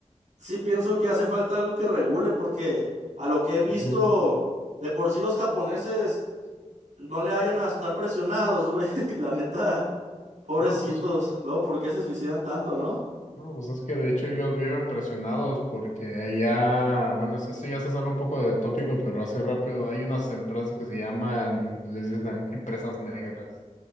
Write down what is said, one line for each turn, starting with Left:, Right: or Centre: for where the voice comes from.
Right: sí pienso que hace falta algo que regule, porque a lo que he visto,
Left: Ujú.
Right: de por sí los japoneses no le hayan a estar presionados, güey. <laughs> Y La neta, pobrecitos.
Left: No, pues,
Right: Luego, ¿por qué se suicidan tanto, no?
Left: no, pues es que de hecho ellos viven presionados porque allá, bueno, es- esto ya se sale un poco de tópico, pero así rápido, hay unas empresas que se llaman, les dicen em- empresas negras.